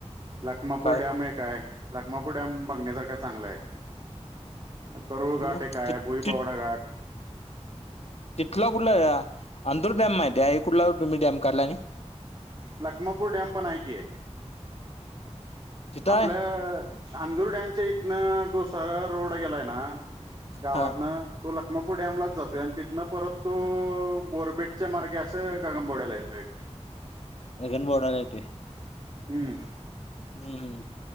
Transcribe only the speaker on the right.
मपूरडॅम
एक डॅम हाय, लाखमापूर डॅम बघण्यासारखा चांगला आहे. करुळ घाट
एक काय
भोईपावडा
घाट.
लखमापूर डॅम पण हाय की.
आपल्या
चांदुर डॅमच्या इथनं जो सरळ रोड गेलाय ना. गावातन
तो लाग मपूर डॅमलाच जातोय आणि तिथनं परत तो बोरबेटच्या मार्गे असं गगामबाोड्याला येतोय.
हम्म.